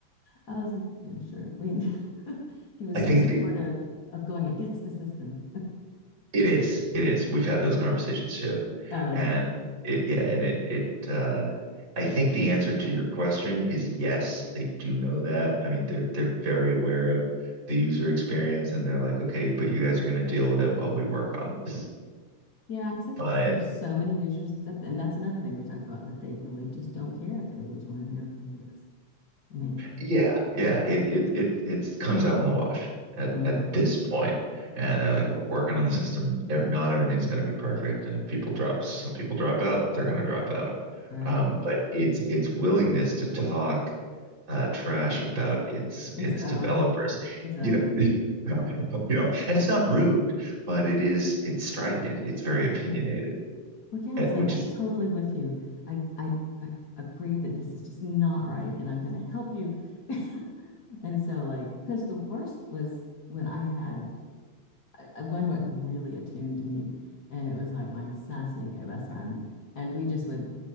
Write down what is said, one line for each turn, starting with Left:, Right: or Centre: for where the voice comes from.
Left: I was like, "Yeah, sure." I mean, <laughs> he was
Right: I think
Left: so supportive
Right: the
Left: of going against the system.
Right: It is. It is. We've had those conversations too.
Left: Not really.
Right: And it, yeah, and it, it, uh, I think the answer to your question is yes, they do know that. I mean, they're they're very aware of the user experience and they're like, okay, but you guys are going to deal with it while we work on this.
Left: Yeah, because I guess
Right: But
Left: there's so many users that, and that's another thing we talked about that they really just don't care if they lose one here or there, I guess. I mean,
Right: yeah, yeah. It it it it comes out in the wash at
Left: hmm
Right: at this point, and
Left: right,
Right: they're like, we're working on the system. Not everything's going to be perfect, and if people drop, some people drop out, they're going to drop out.
Left: right.
Right: Um, but it's it's willingness to talk uh, trash about its
Left: Its
Right: its
Left: own,
Right: developers,
Left: exactly.
Right: you know, <laughs> you know, and it's not rude, but it is it's strident. It, it's very opinionated,
Left: Well, yeah,
Right: eh,
Left: it's
Right: which
Left: like I'm
Right: is
Left: totally with you. I, I, I agree that this is just not right, and I'm going to help you. <laughs> And so, like, because the worst was when I had I, I- one like really attuned to me, and it was like my sassy gay best friend, and we just would